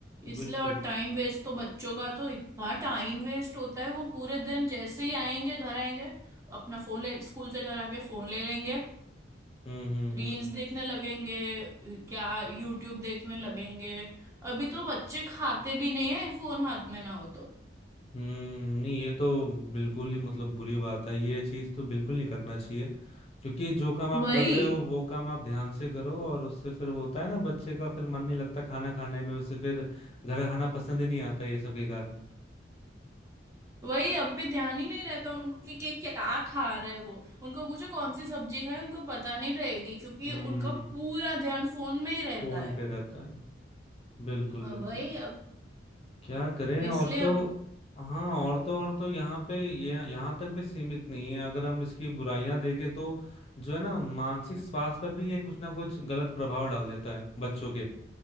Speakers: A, on the right (about 15°); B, on the left (about 35°).
A: इसलिए
B: बिल्कुल
A: और टाइम वेस्ट तो बच्चों का तो इतना टाइम वेस्ट होता है वो पूरे दिन जैसे ही आएंगे घर आएंगे अपना फोन ले स्कूल से घर आके फोन ले लेंगे
B: हम्म हम्म
A: रील्स
B: हम्म
A: देखने लगेंगे क्या यूट्यूब देखने लगेंगे अभी तो बच्चे खाते भी नहीं है फोन हाथ में ना हो तो
B: हम्म नहीं ये तो बिल्कुल ही मतलब बुरी बात है ये चीज तो बिल्कुल नहीं करना चाहिए क्योंकि जो काम आप
A: वही
B: कर रहे हो वो काम आप ध्यान से करो और उससे फिर वो होता है ना बच्चे का फिर मन नहीं लगता खाना खाने में उससे फिर घर का खाना पसंद ही नहीं आता ये सब के कारण
A: वही अभी ध्यान ही नहीं रहता उनको कि, कि क्या खा रहे हैं वो उनको पूछो कौन सी सब्जी खाए उनको पता नहीं रहेगी क्योंकि
B: हम्म
A: उनका पूरा ध्यान फोन में ही रहता
B: फोन
A: है
B: पे रहता है बिल्कुल
A: वही
B: बिल्कुल
A: अब
B: क्या करें और
A: इसलिए
B: तो हाँ और तो और तो यहाँ पे ये यहाँ तक भी सीमित नहीं है अगर हम इसकी बुराइयां देखें तो जो है ना मानसिक स्वास्थ्य पर भी ये कुछ ना कुछ गलत प्रभाव डाल देता है बच्चों के